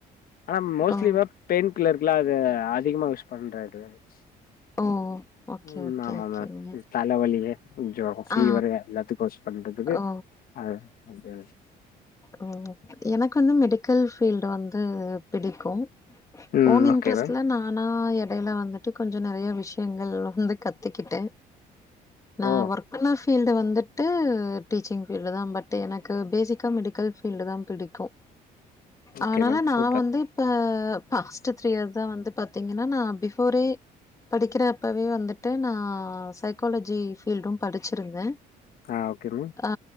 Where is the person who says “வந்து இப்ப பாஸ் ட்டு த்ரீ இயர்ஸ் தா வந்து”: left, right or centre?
Left